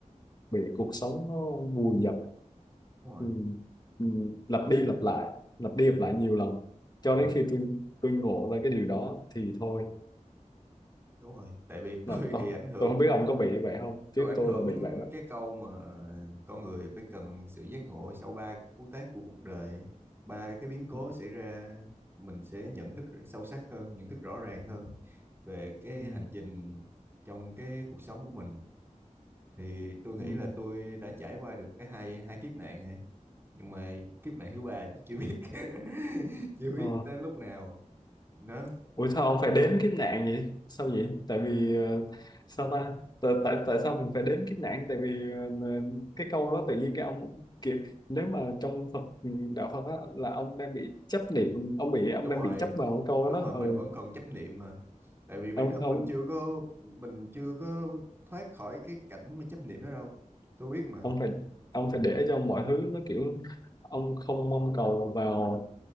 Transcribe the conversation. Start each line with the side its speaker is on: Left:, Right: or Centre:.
Left: bị cuộc sống nó vùi dập
Right: đúng rồi
Left: ừ, ừ, lặp đi lặp lại lặp đi
Right: ừ,
Left: lặp lại nhiều lần cho
Right: ừ,
Left: đến khi tôi tôi ngộ ra cái điều đó thì thôi
Right: đúng rồi tại vì <laughs> tôi
Left: là tôi
Right: thì ảnh hưởng
Left: tôi không biết ông có bị vậy không chứ
Right: tôi ảnh
Left: tôi
Right: hưởng
Left: là bị vậy đó
Right: cái câu mà con người phải cần sự giác ngộ sau ba cú tác của cuộc đời ấy. ba cái biến cố
Left: ừ,
Right: xảy ra mình sẽ nhận thức sâu sắc hơn nhận thức rõ ràng hơn về cái
Left: ừ,
Right: hành trình trong cái cuộc sống của mình thì tôi nghĩ
Left: ừ.
Right: là tôi đã trải qua được cái hai hai kiếp nạn này nhưng mà kiếp nạn thứ ba tôi chưa biết <laughs> chưa biết
Left: Ờ.
Right: tới lúc nào đó
Left: Ủa sao ông phải đếm kiếp nạn vậy? Sao vậy? Tại vì ờ, sao ta? Tại, tại tại sao mình phải đếm kiếp nạn? Tại vì ờ, cái câu đó tự nhiên cái ông kiểu nếu mà trong Phật ừ, đạo Phật á, là ông đang bị chấp niệm, ông bị ông
Right: đúng
Left: đang
Right: rồi
Left: bị chấp vào
Right: t-
Left: cái câu
Right: đúng
Left: đó
Right: rồi
Left: đó.
Right: mình
Left: Ừ.
Right: vẫn còn chấp niệm mà tại vì bản
Left: Ông
Right: thân
Left: ông
Right: mình chưa có mình chưa có thoát khỏi cái cảnh mà chấp niệm đó đâu tôi biết mà
Left: ông phải ông
Right: ừ.
Left: phải để cho mọi thứ nó kiểu ông không mong cầu vào